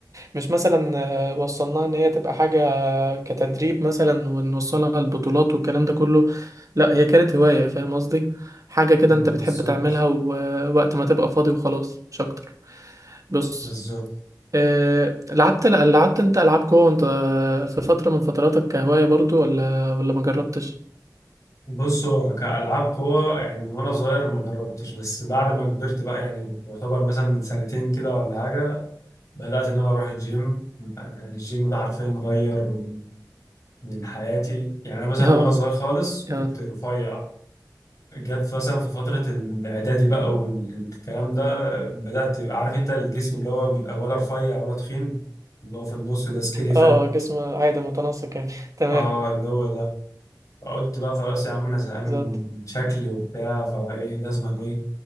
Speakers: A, on the right; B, on the left.
A: مش مثلا وصلناها ان هي تبقى حاجة كتدريب مثلا ونوصلها البطولات والكلام ده كله لا هي كانت هواية فاهم قصدي حاجة كده
B: ما
A: انت بتحب
B: بالظبط
A: تعملها ووقت ما تبقى فاضي وخلاص مش اكتر بص
B: بالظبط
A: آه، لعبت لعبت انت العاب جوه وانت في فتره من فتراتك كهوايه برضو ولا ولا ما جربتش
B: بص هو كألعاب قوة يعني من وأنا صغير ما جربتش بس بعد ما كبرت بقى يعني يعتبر مثلا من سنتين كده ولا حاجة بدأت إن أنا أروح الجيم يعني الجيم ده حرفيا غير من من حياتي يعني أنا مثلا
A: <laughs> اه
B: وأنا صغير خالص
A: اه
B: كنت رفيع جت مثلا في فترة الإعدادي بقى والكلام ده بدأت تبقى عارف أنت الجسم اللي هو بيبقى ولا رفيع ولا تخين اللي هو في النص ده سكيني فات
A: اه اه جسم عادي متناسق يعني <laughs> تمام
B: اه اللي هو ده فقلت بقى خلاص يا عم أنا زهقان من
A: بالظبط
B: شكلي وبتاع فإيه لازم أنا إيه